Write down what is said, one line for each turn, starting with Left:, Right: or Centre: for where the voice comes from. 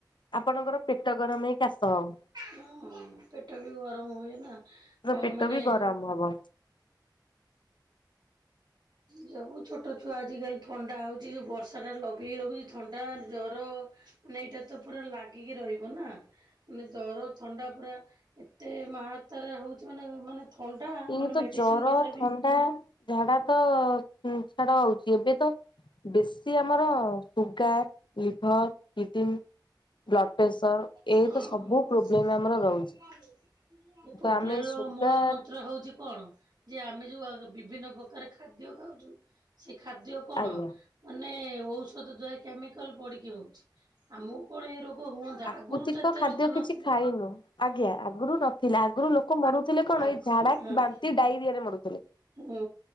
Left: ଆପଣଙ୍କର ପେଟ ଗରମ ହେଇ କାଶ ହବ।
Right: ହଁ ପେଟ ବି ଗରମ ହୁଏ ନା କ
Left: ପେଟ
Right: ମାନେ
Left: ବି ଗରମ ହବ।
Right: ଯୋଉ ଛୋଟ ଛୁଆ ଆଜିକାଲି ଥଣ୍ଡା ହଉଛି ଯୋଉ ବର୍ଷାଟା ଲଗେଇ ରଖୁଛି ଥଣ୍ଡା, ଜର ମାନେ ଏଇଟା ତ ପୁରା ଲାଗିକି ରହିବ ନା। ମାନେ ଜର ଥଣ୍ଡା ପୁରା ଏତେ ମାହାତାରା ହଉଛି ମାନେ ମାନେ ଥଣ୍ଡା
Left: ଇଏ
Right: ମାନେ
Left: ତ
Right: ମେଡିସିନ
Left: ଜର,
Right: ଦ୍ଵାରା
Left: ଥଣ୍ଡା
Right: ବି
Left: ଝାଡା ତ ଛାଡ ହଉଛି ଏବେ ତ ବେଶୀ ଆମର sugar, liver, kidney, blood pressure
Right: ହଁ
Left: ଏଇ ତ ସବୁ
Right: ହଁ
Left: ପ୍ରୋବ୍ଲେମ
Right: ଏ
Left: ଆମର ରହୁଛି।
Right: ପ୍ରବ୍ଲେମ୍
Left: ତ ଆମେ
Right: ର
Left: ସୁଗାର
Right: ମୂଳ ମନ୍ତ୍ର ହଉଛି କଣ? ଯେ ଆମେ ଯୋଉ ବିଭିନ୍ନ ପ୍ରକାର ଖାଦ୍ୟ ଖାଉଛୁ ସେ ଖାଦ୍ୟ କଣ?
Left: ଆଜ୍ଞା।
Right: ମାନେ ଔଷଧ ଦ୍ଵାରା କେମିକାଲ ପଡିକି ହଉଛି ଆମକୁ କଣ ଏ ରୋଗ ହୁଅନ୍ତା। ଆଗରୁ
Left: କୃତିକ
Right: ତ ଏତେ
Left: ଖାଦ୍ୟ
Right: ରୋଗ
Left: କିଛି
Right: ନଥିଲା
Left: ଖାଇନୁ। ଆଜ୍ଞା ଆଗରୁ ନଥିଲା ଆଗରୁ ଲୋକ ମରୁଥିଲେ କଣ
Right: ଆଖ
Left: ଏଇ ଝାଡା,
Right: ହଁ
Left: ବାନ୍ତି, ଡାଇରିଆ ରେ ମରୁଥିଲେ।
Right: ହୁଁ